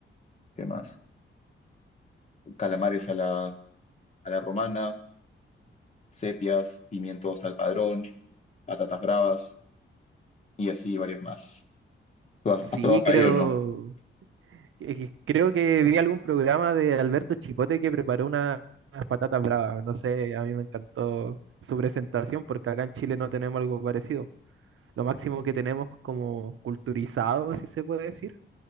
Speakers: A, on the left; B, on the right.
A: ¿qué más? Calamares a la, a la romana, sepias, pimientos al padrón, patatas bravas y así varios más. ¿Tú has,
B: Sí,
A: has probado paella
B: creo,
A: o no?
B: es que creo que vi algún programa de Alberto Chicote que preparó una- unas patatas bravas. No sé, a mí me encantó su presentación porque acá en Chile no tenemos algo parecido. lo máximo que tenemos como culturizado, si se puede decir,